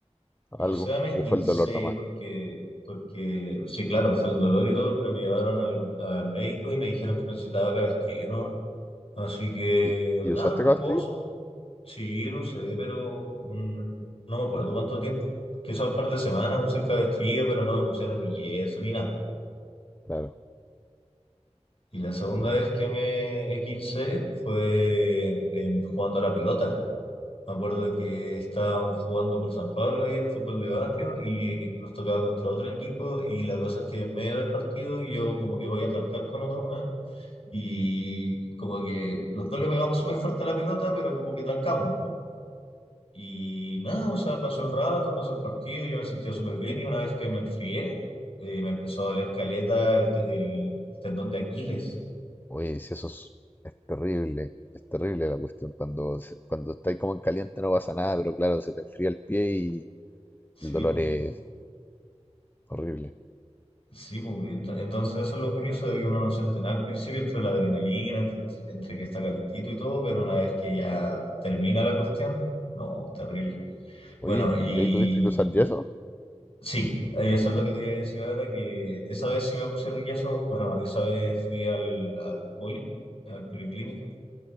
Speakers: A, on the left (about 55°); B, on the left (about 15°).
A: O
B: ¿Algo?
A: sea, me esguincé
B: ¿O fue el dolor nomás?
A: porque, porque, sí, claro, fue el dolor y todo, pero me llevaron al, al médico y me dijeron que necesitaba cabestrillo, ¿no? Así que,
B: ¿Y, y
A: nada,
B: usaste
A: reposo.
B: cabestrillo?
A: Sí, lo sé, pero mm, no me acuerdo cuánto tiempo. Quizá un par de semanas usé el cabestrillo, pero no me pusieron ni yeso ni nada.
B: Claro,
A: Y la segunda
B: claro.
A: vez que me esguincé fue en- jugando a la pelota. Me acuerdo que estábamos jugando por San Pablo ahí en fútbol de barrio y nos tocaba contra otro equipo y la cosa es que en medio del partido yo como que voy a trancar con otro weón y como que los dos le pegamos súper fuerte a la pelota pero como que trancamos nomás. Y nada, o sea, pasó el rato, pasó el partido, yo me sentía súper bien y una vez que me enfrié eh, me empezó a doler caleta el, te- el tendón de Aquiles.
B: Oye, si eso es, es terrible, es terrible la cuestión. Cuando, se- cuando estáis como en caliente no pasa nada, pero claro, se te enfría el pie y
A: Sí,
B: el dolor
A: po.
B: es horrible.
A: Sí, pues, ento- entonces eso es lo curioso de que uno no siente nada al principio entre la adrenalina, entre, entre que está calentito y todo, pero una vez que ya termina la cuestión, no, terrible.
B: Oye,
A: Bueno, y
B: ¿y ahí tuviste que usar yeso?
A: sí, eso es lo que te iba a decir ahora, que esa vez sí me pusieron yeso, bueno, esa vez fui al, al poli, al policlínico,